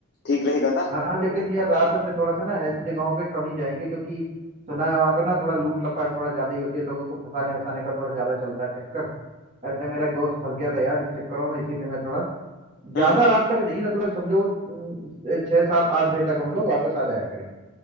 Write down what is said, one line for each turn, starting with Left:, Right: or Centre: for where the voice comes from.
Left: ठीक रहेगा ना
Right: हाँ लेकिन यार रात में थोड़ा सा ना ऐसी जगहों पे कम ही जाएंगे क्योंकि सुना है वहां पे ना थोड़ा लूट लपाट थोड़ा ज्यादा ही होती है लोगों को फंसाने वसाने का थोड़ा ज्यादा चलता है चक्कर ऐसे मेरा एक दोस्त फंस गया था यार इन चक्करों में इसीलिए मैं थोड़ा ज्यादा
Left: हम्म हम्म
Right: रात तक नहीं मतलब समझो अम, छः सात आठ बजे तक हम लोग वापस आ जाया करेंगे